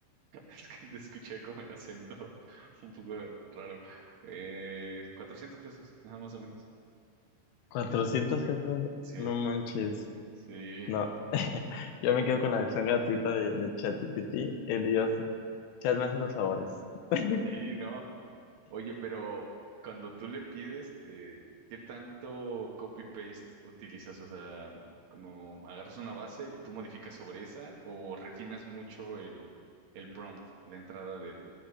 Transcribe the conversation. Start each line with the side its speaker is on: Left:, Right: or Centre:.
Right: Es que te escuché como el acento <laughs> un poco raro. Eh, 400 pesos, nada más o menos.
Left: <laughs> Cuatrocientos pesos?
Right: Sí,
Left: No manches.
Right: sí,
Left: No. <laughs> Yo me quedo con la versión gratuita de, de ChatGPT. El Dios, Chat me hace los favores. <laughs>
Right: sí, no. Oye, pero cuando tú le pides, eh, ¿qué tanto copy-paste utilizas? O sea, como agarras una base y tú modificas sobre esa o refinas mucho el, el prompt, la entrada del,